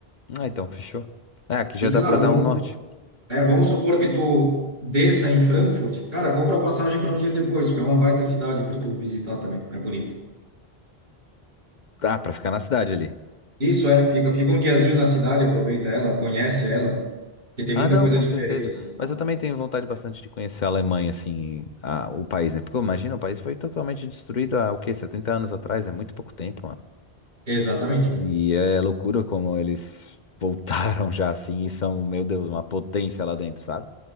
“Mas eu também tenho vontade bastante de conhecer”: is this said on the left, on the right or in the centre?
Left